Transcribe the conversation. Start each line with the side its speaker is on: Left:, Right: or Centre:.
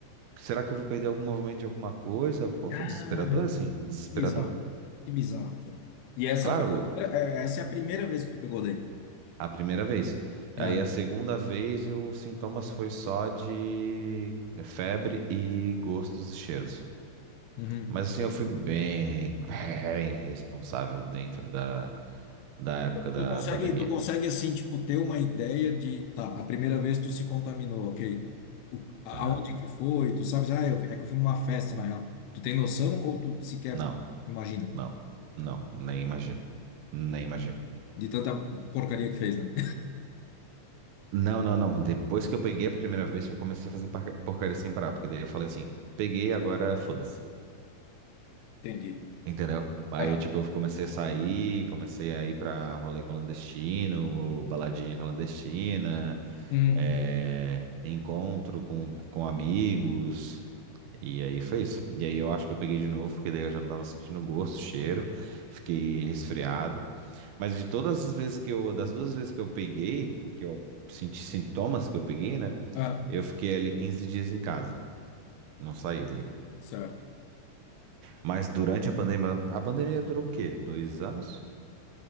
Right: Será que eu vou perder algum movimento de alguma coisa? Pô, foi
Left: Ah,
Right: desesperador assim, desesperador.
Left: que bizarro. Que bizarro, cara. E essa
Right: Claro,
Left: foi a primeira- é, essa é a primeira vez que tu pegou daí.
Right: a primeira vez. Aí
Left: Ah,
Right: a segunda vez, eu, os sintomas foi só de febre e gostos e cheiros.
Left: uhum.
Right: Mas assim, eu fui bem, bem responsável dentro da, da época da
Left: Tu consegue,
Right: pandemia.
Left: tu consegue assim, tipo, ter uma ideia de, tá, a primeira vez tu se contaminou, ok? O, aonde
Right: Aham.
Left: que foi? Tu sabes, ah, eu, é que eu fui numa festa, na real. Tu tem noção ou tu sequer
Right: Não.
Left: imagina?
Right: Não, não, nem imagino. Nem imagino.
Left: De tanta porcaria que fez, né?
Right: Não, não, não. Depois que eu peguei a primeira vez, que eu comecei a fazer parca- porcaria sem parar. Porque daí eu falei assim, peguei, agora foda-se.
Left: <laughs> Entendi.
Right: Entendeu? Aí,
Left: Ah,
Right: tipo, eu comecei a sair, comecei a ir pra rolê clandestino, baladinha clandestina,
Left: uhum.
Right: é, encontro com, com amigos. E aí foi isso. E aí eu acho que eu peguei de novo, porque daí eu já não tava sentindo gosto, cheiro. Fiquei resfriado. Mas de todas as vezes que eu, das duas vezes que eu peguei, que eu senti sintomas que eu peguei, né?
Left: Ah,
Right: Eu fiquei ali 15 dias em casa, não saí daí.
Left: certo.
Right: Mas durante a pandemia, a pandemia durou o quê? Dois anos?